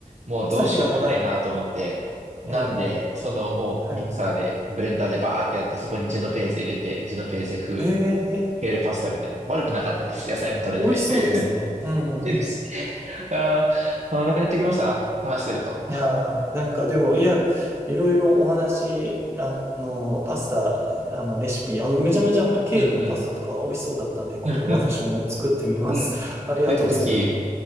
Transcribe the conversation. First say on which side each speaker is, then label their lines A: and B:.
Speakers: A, on the right; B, on the right.
A: もうどうしようもないなと思って、
B: <laughs> はいはいはい。
A: なんで、
B: ええ
A: そのもうミキサーで、
B: はい。
A: ブレンダーでバーってやって、そこにジェノペーゼ入れて、ジェノペーゼ風、
B: ええ
A: ケールパスタみたいな。悪くなかったです。野菜も取れて。
B: 美味しそうですね。うん。
A: <laughs> えですあー、お腹減ってきました。話してると。
B: いやー、なんかでも、いや、いろいろお話、あの、パスタ、あの、レシピ、あの、めちゃめちゃ本当ケールのパスタとか美味しそうだったんで、
A: うん
B: 今度私も作ってみます。
A: うん。<laughs> うん。
B: <laughs> ありがとうございます。
A: ぜひぜひ、